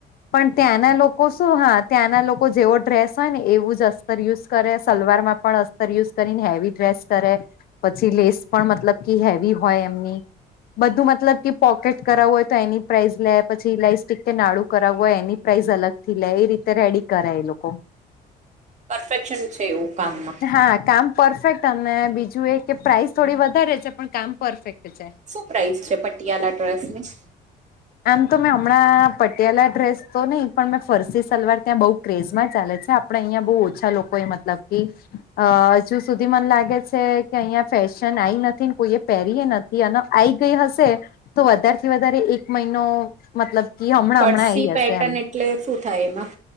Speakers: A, on the left; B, on the right.
A: પણ ત્યાંના લોકો શું હાત ત્યાંના લોકો જેવો ડ્રેસ હોય ને એવું જ અસ્તર યુઝ કરે સલવાર માં પણ અસ્તર યુઝ કરીને હેવી ડ્રેસ કરે પછી લેસ પણ મતલબ કે હેવી હોય એમની બધું મતલબ કે પોકેટ કરાવવું હોય તો એની પ્રાઇઝ લે પછીઇ લઇસ્ટિક કે નાળુું કરાવવ હોય એની પ્રાઇઝ અલગ થી લે એ રી રેડી કરે એ લોકો
B: પરફેક્શન છે એવું કામમાં
A: હા કામ પરફેક્ટ અને બીજું એ કે પ્રાઇસ થોડી વધારે છે પણ કામ પરફેક્ટ. છે
B: શું પ્રાઇસ છે પટિયાલા ડ્રેસ ની.?
A: આમ તો મેં હમણાં પટિયાલા ડ્રેસ તો નહીં પણ મેં ફરસી સલવાર ત્યાં બઉ ક્રેઝમાં ચાલે છે આપડે અહિયાં બહુ ઓછા લોકો એ મતલબ કે અ હજુ સુધી મને લાગે છે કે અહીં ફેશન આવીઈ નથી ને કોઈએ પહેરીય નથી. અને આઈ ગઈ હશે તો વધારેથી વધારે એક મહિનો મતલબ કે હમણાં
B: ફરસી
A: હમણાં આઈ
B: પેટર્ન
A: હશે એમ
B: એટલે શું થાય એમાં?